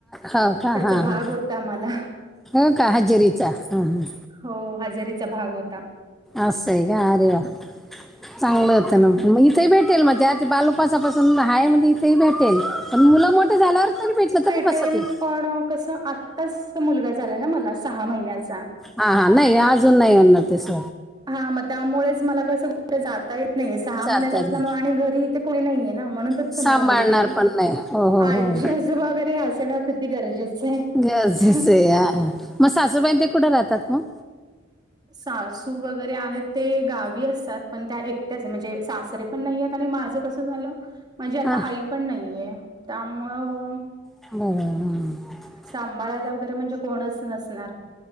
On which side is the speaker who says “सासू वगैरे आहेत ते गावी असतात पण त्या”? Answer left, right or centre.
Right